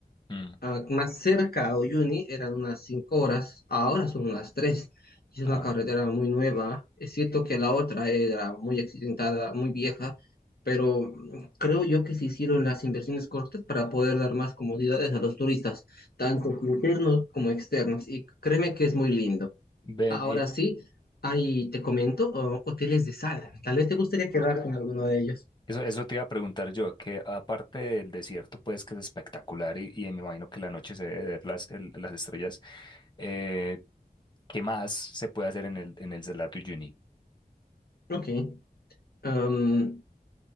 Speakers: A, on the left; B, on the left.
A: Mm.
B: ah, más cerca a Oyuni, eran unas cinco horas, ahora son unas tres. Es una
A: Ah,
B: carretera muy nueva. Es cierto que la otra era muy accidentada, muy vieja, pero mm, creo yo que se hicieron las inversiones cortas para poder dar más comodidades a los turistas, tanto internos como externos. Y créeme que es muy lindo.
A: ven,
B: Ahora
A: eh,
B: sí, ahí te comento, oh, hoteles de sal. Tal vez te gustaría quedar con alguno de ellos.
A: eso, eso te iba a preguntar yo, que aparte del desierto, pues que es espectacular y, y me imagino que la noche se debe ver las, el- las estrellas, eh, ¿qué más se puede hacer en el, en el Salar de Uyuni?
B: Ok. Am,